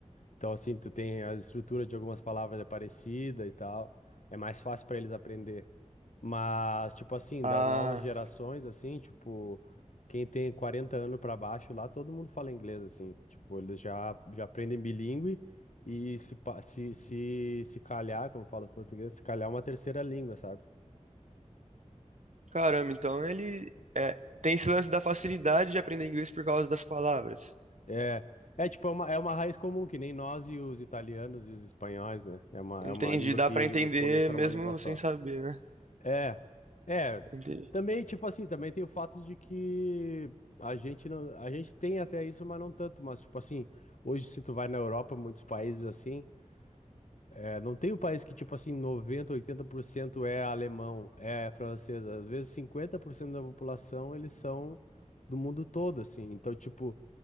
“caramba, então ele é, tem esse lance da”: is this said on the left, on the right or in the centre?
Right